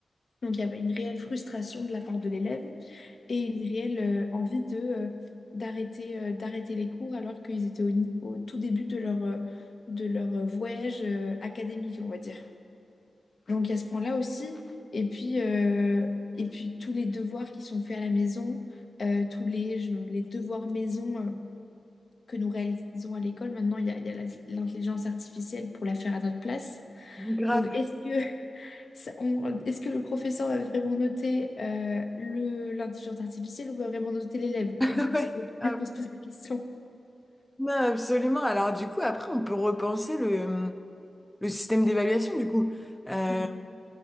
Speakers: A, on the left; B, in the centre.
A: Donc il y avait une réelle frustration de la part de l'élève et une réelle euh, envie de, euh, d'arrêter euh, d'arrêter les cours alors qu'ils étaient au, ni- au tout début de leur, euh, de leur voyage euh, académique, on va dire. Donc, il y a ce point-là aussi. Et puis, euh, et puis, tous les devoirs qui sont faits à la maison, euh, tous les, je- les devoirs maison euh, que nous réalisons à l'école, maintenant, il y a, il y a la- l'intelligence artificielle pour la faire à notre place.
B: Mm. Grave.
A: Donc, est-ce que, <laughs> ça- on- est-ce que le professeur va vraiment noter euh, le, l'intelligence artificielle ou va vraiment noter l'élève?
B: <laughs>
A: On,
B: Ouais,
A: c'est
B: grave.
A: bien qu'on se pose la question.
B: Non, absolument. Alors du coup, après, on peut repenser le, le système d'évaluation du coup. Euh,
A: Mm,